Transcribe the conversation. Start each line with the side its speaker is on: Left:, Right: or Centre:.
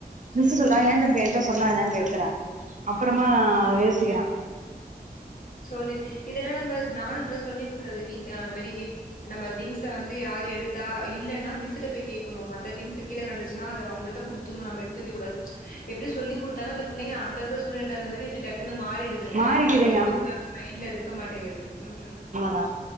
Right: மிஸ்ஸு
Left: ம்,
Right: சொல்றா ஏ தம்பி ஏன்ட்ட சொன்னா என்னன் கேக்குறா
Left: ம்.
Right: அப்பறமா யோசிக்கிறா
Left: சோழி இதெல்லா நம்ம நானு இப்பலா சொல்லி குடுக்கறது வீட்ல அந்த மாரி நம்ம திங்ஸ வந்து யாரு எடுத்தா இல்லன்னா மிஸ்ஸுட்ட போய் கேக்கணு மத்த திங்ஸு கீழ கெடந்துச்சுனா அத அவங்கள்ட குடுத் துனு நம்ம எடுத்து வைக்க கூடாது எப்டி சொல்லி குடுத்தாலு அந்த புள்ளைங்க அங்க இருக்க சூழ்நிலைக் தகுந்தமாரி இப்டி டக் குனு மாறிடுதுங்க
Right: மாறிக்குதுங்க
Left: நம்ம சொல்லிகுடுக்கற்து மைண்ட்ல இருக்க மாட்டேங்குது ம்
Right: ஆ